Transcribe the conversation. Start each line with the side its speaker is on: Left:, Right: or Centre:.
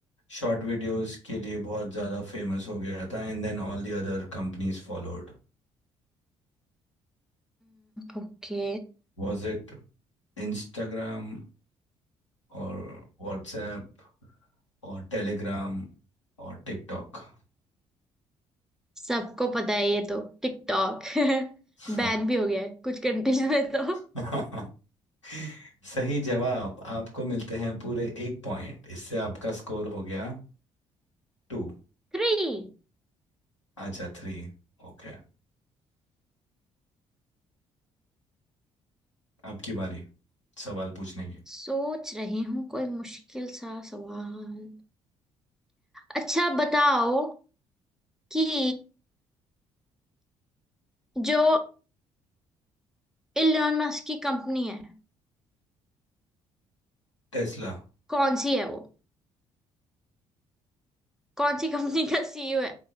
Left: शॉर्ट वीडियोस के लिए बहुत ज़्यादा फेमस हो गया था and then all the other companies followed
Centre: ओके
Left: Was it Instagram और व्हाट्सएप और टेलीग्राम और टिकटॉक
Centre: सबको पता है ये तो टिकटॉक
Left: हाँ
Centre: बैन <laughs> भी हो गया है कुछ कंट्रीज में तो
Left: <laughs> सही जवाब आपको मिलते हैं पूरे एक पॉइंट इससे आपका स्कोर हो गया टू
Centre: थ्री
Left: अच्छा थ्री ओके आपकी बारी सवाल पूछने की
Centre: सोच रही हूँ कोई मुश्किल सा सवाल अच्छा बताओ कि जो इलोन मस्क की कंपनी है
Left: टेस्ला
Centre: कौन सी है वो कौन सी कंपनी का सीईओ है